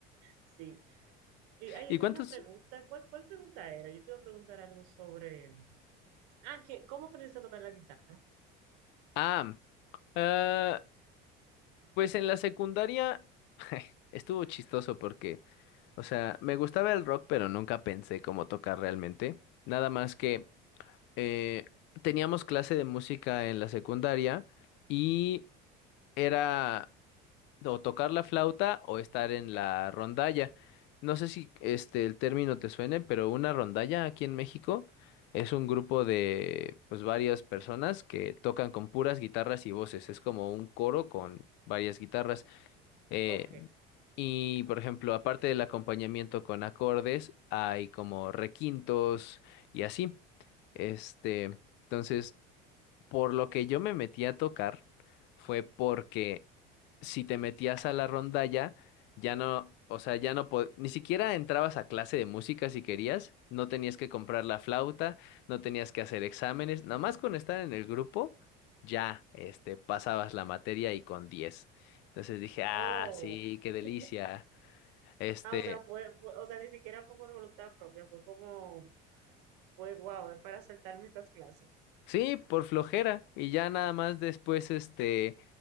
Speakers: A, on the right; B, on the left.
A: Sí. Y ay,
B: ¿Y
A: yo tengo
B: cuántos?
A: una pregunta, ¿cuál, cuál pregunta era? Yo te iba a preguntar algo sobre, ah, que, ¿cómo aprendiste a tocar la guitarra?
B: Ah, ah, pues en la secundaria <laughs> estuvo chistoso porque, o sea, me gustaba el rock, pero nunca pensé cómo tocar realmente. Nada más que eh, teníamos clase de música en la secundaria y era o tocar la flauta o estar en la rondalla. No sé si este el término te suene, pero una rondalla aquí en México es un grupo de pues varias personas que tocan con puras guitarras y voces. Es como un coro con varias guitarras. Eh,
A: Ok.
B: y, por ejemplo, aparte del acompañamiento con acordes, hay como requintos y así. Este, entonces, por lo que yo me metí a tocar fue porque si te metías a la rondalla, ya no, o sea, ya no, po- ni siquiera entrabas a clase de música si querías, no tenías que comprar la flauta, no tenías que hacer exámenes, nada más con estar en el grupo, ya, este, pasabas la materia y con diez Entonces dije, ah,
A: Oh.
B: sí, qué delicia.
A: <laughs>
B: Este,
A: Ah, o sea, fue, fue- o sea, ni siquiera fue por voluntad propia, fue como fue guau para saltarme estas clases.
B: Sí, por flojera. Y ya nada más después, este,